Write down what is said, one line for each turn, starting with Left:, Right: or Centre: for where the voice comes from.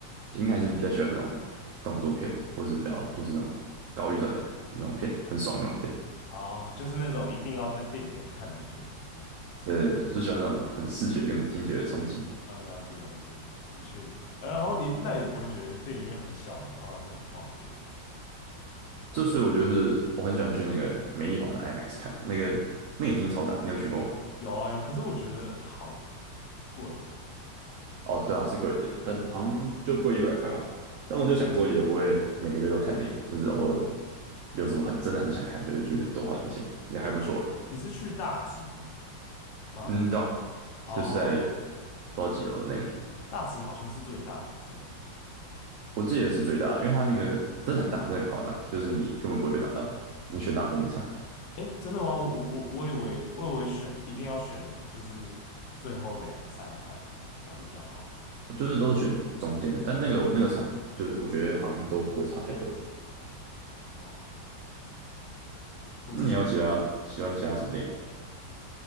Right: 应该还是比较喜欢那种动作片嘛，或是比较就是那种高预算的那种片，很爽的那种片。
Left: 啊？就是那种一定要在电影院看的片，这样
Right: 对，就喜欢那种很视觉跟听觉的冲击。
Left: 啊？哦，了解了解，的确。呃然后你那也不会觉得电影院很小的话，那很靠背了
Right: 这所以我就是我很喜欢去那个美丽华的 IMAX 看，那个那影厅超大，你有去过吗？
Left: 有啊有，可是我觉得好贵哦。
Right: 哦，对啊，是贵一点啊，但好像就贵一百块吧。但我就想说，也不会每个月都看电影啊，就是偶尔有什么很真的很想看，就会去多花点钱，也还不错啊
Left: 哎，你是去大直吗？
Right: 嗯，对啊
Left: 哦，
Right: 就是在不知道几楼的那个里
Left: 大直好像是最大的，是吗？
Right: 我记得是最大的因为它那个真的很大，真的很夸张，就是你根本不会被挡到，你选哪都没差，
Left: 哎，真的吗？我我我以为我以为选一定要选就是最后两三排才会比较好
Right: 就是都选中间的，但那个我那个场就是我觉得好像都不会差太多。
Left: 哦。我之前
Right: 那你要其他喜欢其他什么电影？